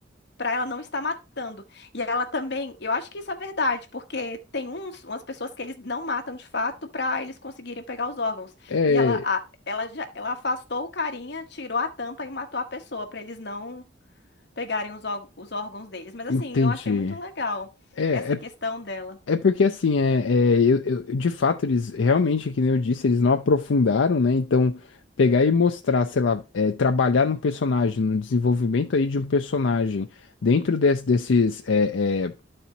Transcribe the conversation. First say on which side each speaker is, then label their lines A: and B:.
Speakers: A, on the left; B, on the left.
A: para ela não estar matando. E ela também, eu acho que isso é verdade, porque tem uns, umas pessoas que eles não matam de fato para eles conseguirem pegar os órgãos.
B: É,
A: E ela, a- ela, já, ela afastou o carinha, tirou a tampa e matou a pessoa para eles não pegarem os, órg- os órgãos deles. Mas assim,
B: entendi.
A: eu achei muito legal
B: É,
A: essa
B: é,
A: questão dela.
B: é porque assim, é, é, eu, eu- de fato, eles realmente, que nem eu disse, eles não aprofundaram, né? Então, pegar e mostrar, sei lá, é, trabalhar num personagem, no desenvolvimento aí de um personagem, dentro des- desses é, é,